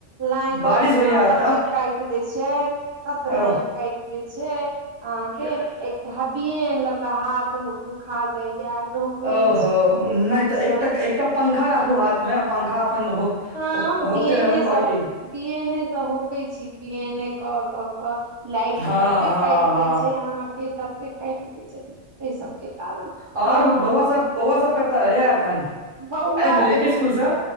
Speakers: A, on the right; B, on the right.
A: लाइन
B: बारिश
A: ओइठमा
B: होइया एतऽ
A: तते काटि दै छिय, तत लाइन
B: ओह
A: काइट दै छैय अहाँके
B: क्या-
A: एक हबियन लऽ के हाथ दुखा जाइया। धोकने
B: ओहो,
A: छी एकदमसँ
B: नहि तऽ एकटा-एकटा पंखा राखू, हाथमे पंखा अपन होक
A: हँ,
B: होक- होकते
A: बी एनेसँ
B: रहू आओर की
A: बी एनेसँ होकै छी, बी एने कऽ कऽ कऽ लाइट
B: हँ
A: तते
B: हँ
A: काटि
B: हँ
A: दै छैय, अहाँके तते काटि दै छैय, एहि सभके कारण
B: और
A: हँ
B: बौआसँ बौआसँ कता ये अखन,
A: बौआ
B: आ गेलै
A: एक
B: की स्कुलसँ।